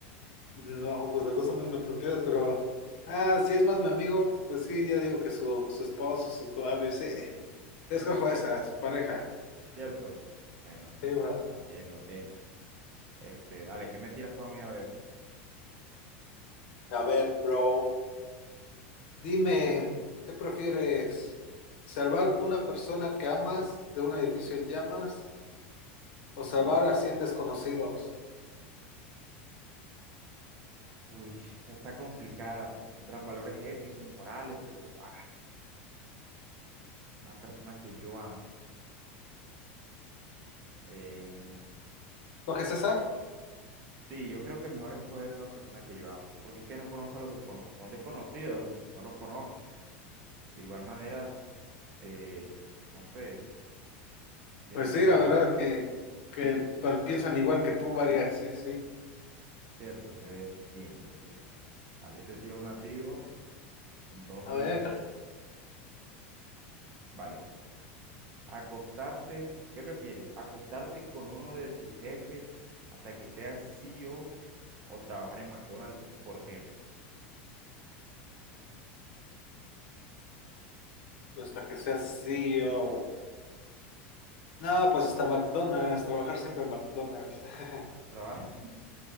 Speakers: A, on the left; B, on the right.
A: No, pues las dos son muy inapropiadas, pero... Ah, si es más mi amigo, pues sí, ya digo que su, su esposo, su novio, sí. Yo escojo esa, su pareja.
B: ¿Cierto? Bueno,
A: Sí, bro.
B: va bien, va bien. Este, Ale, ¿qué me tiras tú a mí a ver?
A: A ver, bro, dime, ¿qué prefieres? ¿Salvar una persona que amas de un edificio en llamas? o
B: Sí.
A: salvar a cien desconocidos.
B: Uy, esa está complicada porque entran valores éticos y morales, pero ah, una persona que yo amo. Eh,
A: ¿Lo que César?
B: sí, yo creo que mejor escoger una persona que yo amo, porque es que no conozco a los desconocidos, son desconocidos, no los conozco. De igual manera, eh, no sé. Pienso
A: Pues sí,
B: que,
A: la verdad que, que pa- piensan igual que tú, varias, sí, sí.
B: cierto, entonces, bien, bien, bien. Vale, yo te tiro una tiro, entonces,
A: A ver,
B: vale. Acostarte, ¿qué prefieres? ¿Acostarte con uno de tus jefes hasta que seas CEO o o trabajar en McDonald's por siempre?
A: hasta que seas CEO. No,
B: Uh,
A: pues hasta McDonald's, trabajar siempre en McDonald's. <laughs>
B: Trabajar,